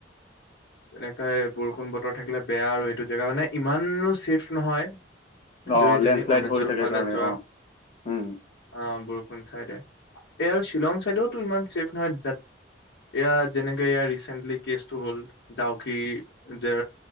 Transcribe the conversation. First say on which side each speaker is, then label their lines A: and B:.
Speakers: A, on the left (about 85°); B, on the left (about 35°).
A: তেনেকাই বৰষুণ বতৰ থাকিলে বেয়া আৰু এইটো জেগা মানে ইমানো চছেফ নহয়
B: অ
A: যদি তুমি
B: লেণ্ডশ্লাইড
A: অৰুণাচল
B: হৈ থাকে
A: ফালে
B: কাৰণে
A: যোৱা
B: অ উম
A: আহ চাইডে এই আৰু শ্বিলং চাইডেওো ইমান চছেফ নহয় তাত এয়াাৰ যেনেকে ইয়াৰ ৰিচেণ্টলি কেচটো হ'ল ডাউকি যে